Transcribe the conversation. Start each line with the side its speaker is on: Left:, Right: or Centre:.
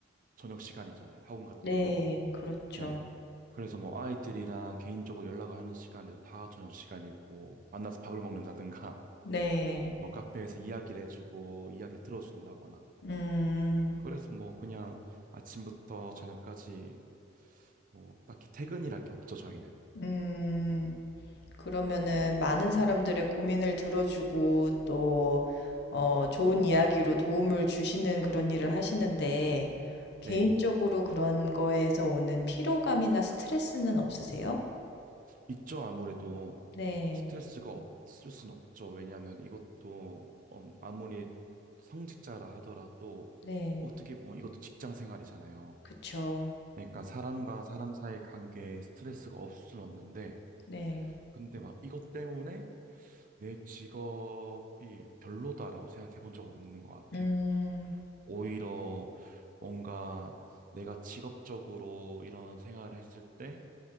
Right: 저녁 시간이잖아요. 학원 갔다
Left: 네.
Right: 오면은.
Left: 그렇죠.
Right: 예. 그래서 뭐 아이들이랑 개인적으로 연락을 하는 시간에도 다 저녁 시간이고, 만나서 밥을 먹는다든가, <laughs>
Left: 네.
Right: 뭐 카페에서 이야기를 해주고, 이야기를 들어준다거나,
Left: 음.
Right: 그래서 뭐 그냥 아침부터 저녁까지 뭐 딱히 퇴근이랄 게 없죠, 저희는.
Left: 음. 그러면은 많은 사람들의 고민을 들어주고 또 어 좋은 이야기로 도움을 주시는 그런 일을 하시는데 개인적으로
Right: 네.
Left: 그런 거에서 오는 피로감이나 스트레스는 없으세요?
Right: 있죠, 아무래도
Left: 네.
Right: 스트레스가 없을 순 없죠. 왜냐하면 이것도 음, 아무리 성직자라 하더라도
Left: 네.
Right: 어떻게 보면 이것도 직장 생활이잖아요.
Left: 그쵸.
Right: 그러니까 사람과 사람 사이의 관계에 스트레스가 없을 순 없는데
Left: 네.
Right: 근데 막 이것 때문에 내 직업이 별로다라고 생각해 본 적은 없는 것 같아요.
Left: 음.
Right: 오히려 뭔가 내가 직업적으로 이런 생활을 했을 때